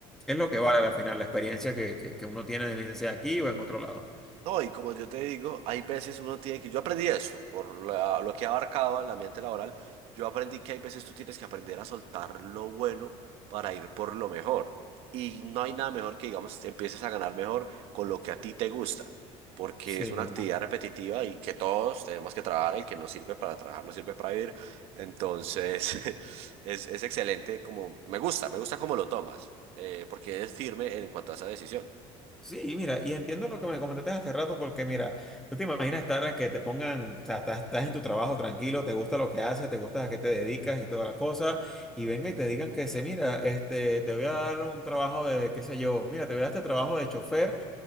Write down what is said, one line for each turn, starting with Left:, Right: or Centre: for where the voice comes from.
Centre: es lo que vale al final, la experiencia que, que, que uno tiene, bien sea aquí o en otro lado.
Right: No, y como yo te digo, hay veces uno tiene que, yo aprendí eso, por la- lo que abarcaba el ambiente laboral, yo aprendí que hay veces tú tienes que aprender a soltar lo bueno para ir por lo mejor. Y no hay nada mejor que, digamos, empieces a ganar mejor con lo que a ti te gusta, porque
Centre: Sí.
Right: es una actividad repetitiva y que todos tenemos que trabajar, el que no sirve para trabajar no sirve para vivir. Entonces, <laughs> es, es excelente, como, me gusta, me gusta cómo lo tomas, eh, porque es firme en cuanto a esa decisión,
Centre: Sí, mira, y entiendo lo que me comentaste hace rato, porque mira, tú te imaginas estar en que te pongan, o sea, estás, estás en tu trabajo tranquilo, te gusta lo que haces, te gusta a qué te dedicas y toda la cosa, y venga y te digan que se, mira, este, te voy a dar un trabajo de, qué sé yo, mira, te voy a dar este trabajo de chofer,